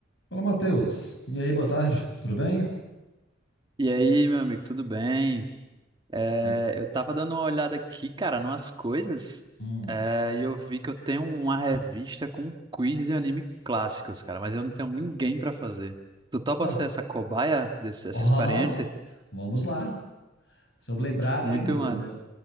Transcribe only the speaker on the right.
E aí, meu amigo, tudo bem? É,
eu tava dando uma olhada aqui, cara, numas coisas,
é, e eu vi que eu tenho uma revista com quiz de anime clássicos, cara, mas eu não tenho ninguém pra fazer. Tu topa
ser essa cobaia dessa
experiência?
Muito
massa.